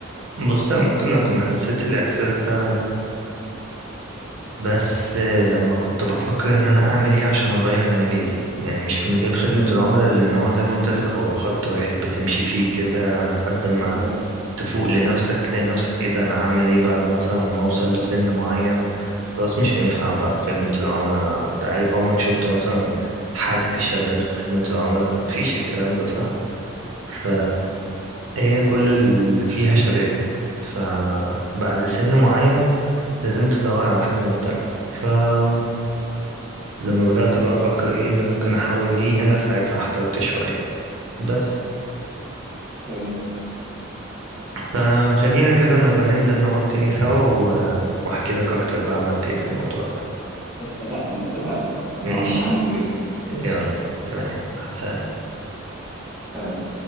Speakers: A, on the right; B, in the centre.
A: بص أنا ممكن أكون حسيت الإحساس ده بس لما كنت بفكر إن أنا أعمل إيه عشان أغير مجالي يعني مش في مجال خدمة
B: امم
A: العملاء لأن هو زي ما قلت لك هو خط واحد بتمشي فيه كده لحد ما
B: فهمت
A: تفوق لنفسك تلاقي نفسك إيه ده أنا هعمل إيه بعد مثلا ما أوصل لسن معين خلاص مش هينفع بقى في خدمة العملاء أنت عارف عمرك شفت مثلا حد شغال في خدمة العملاء مفيش الكلام ده صح؟ هي كل اللي فيها شباب فبعد سن معين لازم تدور على حاجة مختلفة فلما بدأت بقى أفكر إيه اللي ممكن أحاول ليه هنا ساعتها احترت شوية بس
B: فهمت.
A: فخلينا كده نبقى ننزل نقعد تاني سوا و... وأحكي لك أكتر بقى عملت إيه في الموضوع ده
B: اتفقنا اتفقنا
A: ماشي
B: آه، متحمس جدا
A: يلا تمام مع السلامة
B: سلام